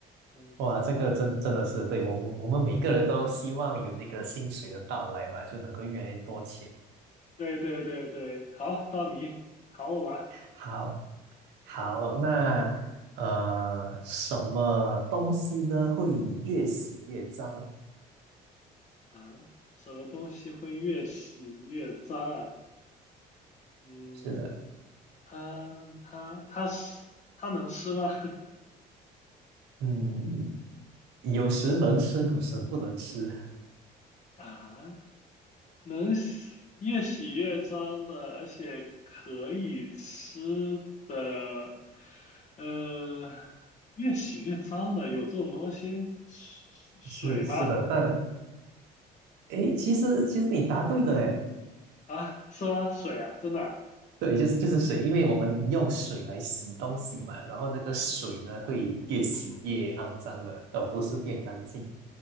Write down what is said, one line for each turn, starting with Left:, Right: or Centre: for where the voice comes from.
Left: 嗯，
Right: 哇，这个真真的是对我我我们每个人都希望有那个薪水的到来嘛，
Left: 好，
Right: 就能够越来越多钱。
Left: 对对对对，好，到你考我吧。
Right: 好，好，那呃，什么东西呢会越洗越脏？
Left: 啊，什么东西会越洗越脏啊？嗯，
Right: 是的，
Left: 它它它是它能吃吗？
Right: 嗯，有时能吃，有时不能吃。
Left: <laughs> 啊，能洗越洗越脏的，而且可以吃的，呃，越洗越脏的，有这种东西？水水吗？
Right: 是是的，但诶，其实其实你答对了，诶，
Left: 啊，是吗？水啊，真的啊
Right: 对，就是就是水，因为我们用水来洗东西嘛，然后那个水呢会越洗越肮脏的，而不是变干净。